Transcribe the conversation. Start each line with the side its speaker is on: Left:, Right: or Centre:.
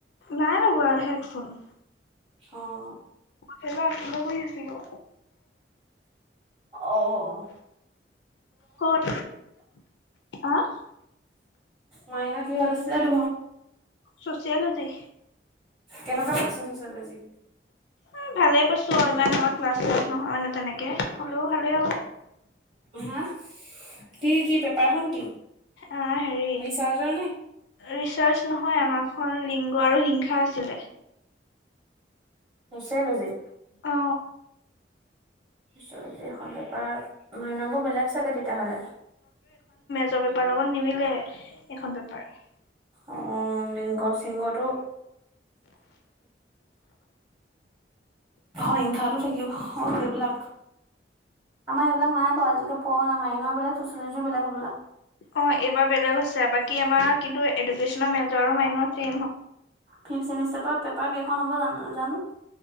Left: নাই ৰ'ব আৰু হেডফোন।
Right: অ
Left: সেইবাৰ আছিল ন গহ আছিলোঁ
Right: অ অ <unintelligible>
Left: ক'ত আহ
Right: মইনা কিহৰত আছিলা
Left: ছচেৱলজি
Right: কেনেকুৱা পাইছো ছচেলজি
Left: উ ভালে পাইছো অ ইমান আমাৰ ক্লাছ ক্লাছ নহয় মানে তেনেকে হ'লেও ভালেই আৰু।
Right: হা কি কি পেপাৰখন কি।
Left: অ হেৰি
Right: ৰিচাৰ্জৰ নে?
Left: ৰিচাৰ্চ নহয় আমাক খ লিংগ আৰু হিংসা আছিলে
Right: ছচেলজি
Left: অ
Right: ত এখন পেপাৰ মাইন বোৰ বেলেগ চাগে তেতিয়াহ'লে।
Left: নিজৰ বেপাৰ লগত নিমিলে এখন পেপাৰ।
Right: অ লিংগ সিংহটো। হিংসাতো থাকিব অ সেইবিলাক আমাৰ এইবিলাক নাই বাৰু আজিলৈকে। পোৱা নাই মাইনৰ বেলেগ চচেলজিৰ বেলেগ হ'বলা।
Left: অ এইবাৰ বেলেগ হৈছে বাকী আমাৰ কিন্তু এডুকেচনৰ মেজৰ মাইড ছেইম হয়।
Right: ফিফট মিষ্টাৰৰ পৰা পেপাৰ কেইখন হ'ব জান জানোঁ।